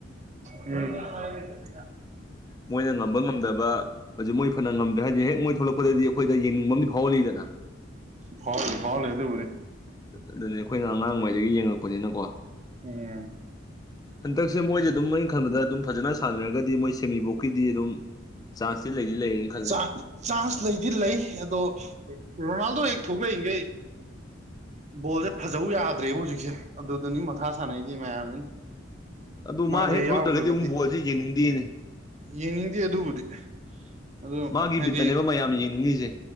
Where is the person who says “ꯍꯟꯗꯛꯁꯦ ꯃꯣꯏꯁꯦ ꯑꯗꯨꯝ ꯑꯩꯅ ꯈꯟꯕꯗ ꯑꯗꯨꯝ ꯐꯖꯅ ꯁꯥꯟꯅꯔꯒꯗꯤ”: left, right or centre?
Left